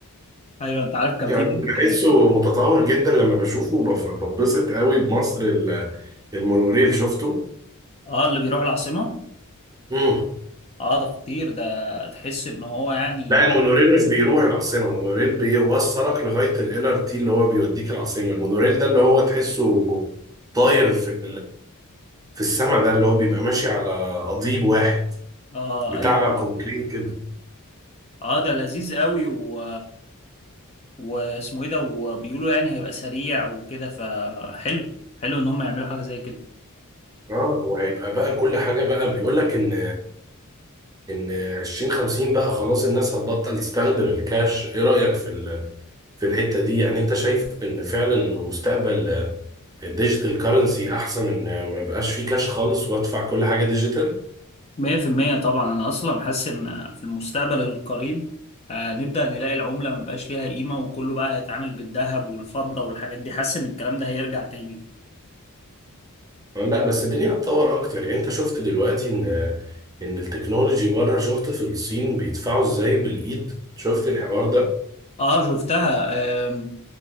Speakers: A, on the left; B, on the right.
A: ايوه انت عارف كان
B: يعني
A: في بنت
B: بحسه متطور جدا لما بشوفه بف- ببسط قوي بمصر ال- المونوريل شفته
A: اه اللي بيروح العاصمه
B: مم.
A: اه ده خطير ده تحس ان هو يعني
B: لا المونوريل مش بيروح العاصمة المونوريل بيوصلك لغاية ال LRT اللي هو بيوديك العاصمة المونوريل ده اللي هو تحسه طاير في في السما ده اللي هو بيبقى ماشي على قضيب واحد
A: اه
B: بتاع
A: ايوه
B: كونكريت كده
A: اه ده لذيذ قوي و واسمه ايه ده وبيقولوا يعني هيبقى سريع وكده فحلو حلو ان هم يعملوا حاجه زي كده
B: اه وهيبقى بقى كل حاجه بقى بيقول لك ان ان 2050 بقى خلاص الناس هتبطل تستخدم الكاش ايه رايك في ال... في الحته دي يعني انت شايف ان فعلا مستقبل آه، الديجيتال كارنسي احسن ان ما يبقاش فيه كاش خالص وادفع كل حاجه ديجيتال
A: 100% طبعا انا اصلا حاسس ان في المستقبل القريب هنبدا نلاقي العمله ما بقاش ليها قيمه وكله بقى هيتعامل بالذهب والفضه والحاجات دي حاسس ان الكلام ده هيرجع تاني
B: لا بس الدنيا هتطور اكتر يعني انت شفت دلوقتي ان آه، ان التكنولوجي بره شفت في الصين بيدفعوا ازاي بالايد شفت الحوار
A: اه شفتها آم،